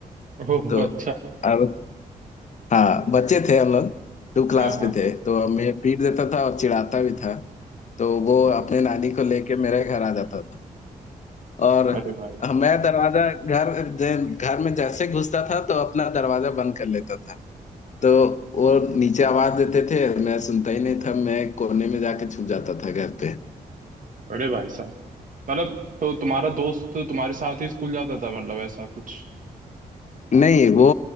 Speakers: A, on the right (about 55°); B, on the left (about 50°).
A: <laughs> ओह
B: तो
A: अच्छा
B: अब हाँ बच्चे थे हम लोग टू क्लास
A: हाँ हाँ
B: में थे तो अब मैं पीट देता था और चिढ़ाता भी था तो वो
A: अरे
B: अपने नानी को लेके मेरे घर आ जाता था और
A: अरे भाई
B: मैं दरवाजा घर जे- घर में जैसे घुसता था तो अपना दरवाजा बंद कर लेता था तो वो नीचे आवाज देते थे मैं सुनता ही नहीं था मैं कोने में जाके छुप जाता था घर पे
A: अरे भाई साहब मतलब तो तुम्हारा दोस्त तुम्हारे साथ ही स्कूल जाता था मतलब ऐसा कुछ
B: नहीं वो